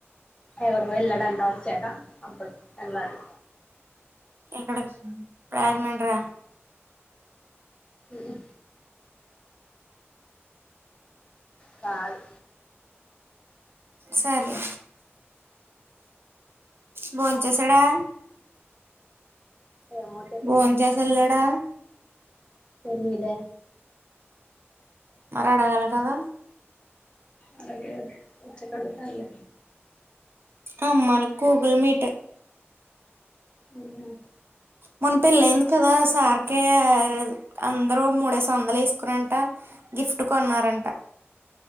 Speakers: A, on the left; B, on the right.
A: ఎక్కడికో వెళ్ళడంట వచ్చాక అప్పుడు ఏళ్లలి
B: ఇక్కడకి ప్రజమండ్రా
A: ఉహు కాళీ
B: సరే బోన్ చేసడా
A: ఏమో తెలియదు
B: బోన్ చేసల్లేడా
A: తెరిదే
B: మారాడేల కదా
A: అలాగే వచ్చక ఆడుతల్లే
B: అమ్మా నీ గూగుల్ మీట్
A: ఉహ్ హు
B: మోన్ పెళ్లెంది కదా సార్కీ అం అందరు మూడేసి వందలు వేసుకుని అంట గిఫ్ట్ కొన్నారంట.